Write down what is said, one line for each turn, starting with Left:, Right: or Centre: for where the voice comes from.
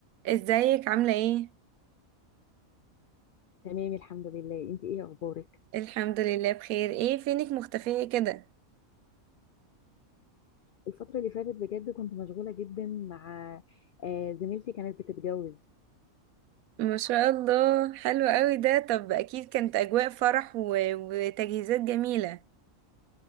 Right: ازيك عاملة ايه؟
Left: تمام الحمد لله انت ايه اخبارك
Right: الحمد لله بخير ايه فينك مختفية كده؟
Left: الفترة اللي فاتت بجد كنت مشغولة جدا مع آه، زميلتي كانت بتتجوز
Right: ما شاء الله حلو قوي ده طب اكيد كانت اجواء فرح و... وتجهيزات جميلة